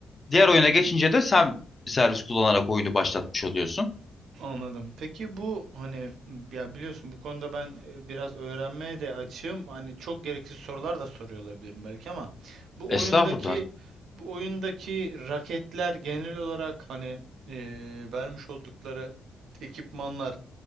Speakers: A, on the left; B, on the right.
A: Diğer oyuna geçince de sen servis kullanarak oyunu başlatmış oluyorsun.
B: Anladım. Peki bu hani m, ya biliyorsun bu konuda ben e, biraz öğrenmeye de açığım. Hani çok gereksiz sorular da soruyor olabilirim belki ama bu
A: Estağfurullah.
B: oyundaki bu oyundaki raketler genel olarak hani e, vermiş oldukları ekipmanlar